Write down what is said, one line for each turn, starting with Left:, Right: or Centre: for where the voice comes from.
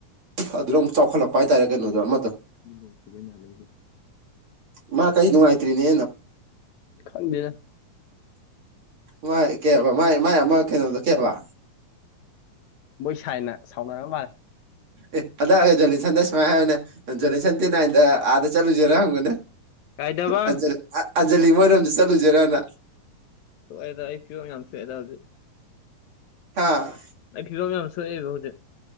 Right: ꯑꯗꯨꯅ ꯑꯃꯨꯛ ꯆꯥꯎꯈꯠꯂꯛꯄ ꯍꯥꯏꯇꯥꯔꯦ ꯀꯩꯅꯣꯗꯣ ꯑꯃꯗ
Left: ꯃꯤ ꯅꯣꯡ ꯆꯨꯕꯩꯅꯦ ꯍꯜꯂꯛꯏꯗꯣ
Right: ꯃꯥ ꯀꯩ ꯅꯨꯡꯉꯥꯏꯇ꯭ꯔꯤꯅꯦ
Left: ꯈꯪꯗꯦꯅꯦ
Right: ꯃꯥꯏ ꯀꯩꯕ ꯃꯥꯏ ꯃꯥꯏ ꯑꯃ ꯀꯩꯅꯣꯗꯣ ꯀꯩꯕ
Left: ꯃꯣꯏ ꯁꯥꯏꯅ ꯁꯥꯎꯅꯔꯒ ꯃꯥꯜꯂꯦ
Right: ꯑꯦ ꯑꯝꯇ ꯍꯥꯏꯌꯨ ꯖꯣꯂꯤꯁꯟꯅ ꯁꯨꯃꯥꯏꯅ ꯍꯥꯏꯌꯨꯅꯦ ꯖꯣꯂꯤꯁꯟ ꯗꯦꯠ ꯅꯥꯏꯟꯗ ꯑꯥꯗ ꯆꯠꯂꯨꯁꯤꯔꯣ ꯍꯪꯉꯨꯅꯦ
Left: ꯀꯥꯏꯗꯕ
Right: ꯑꯖ ꯑꯖꯂꯤ ꯃꯅꯣꯁꯨ ꯆꯠꯂꯨꯖꯦꯔꯅ
Left: ꯁꯣꯛꯑꯦꯗ ꯑꯩ ꯐꯤꯕꯝ ꯌꯥꯝ ꯁꯣꯛꯑꯦꯗ ꯍꯧꯖꯤꯛ
Right: ꯍꯥꯥ
Left: ꯑꯩ ꯐꯤꯕꯝ ꯃꯌꯥꯝ ꯁꯣꯛꯑꯦꯕ ꯍꯧꯖꯤꯛ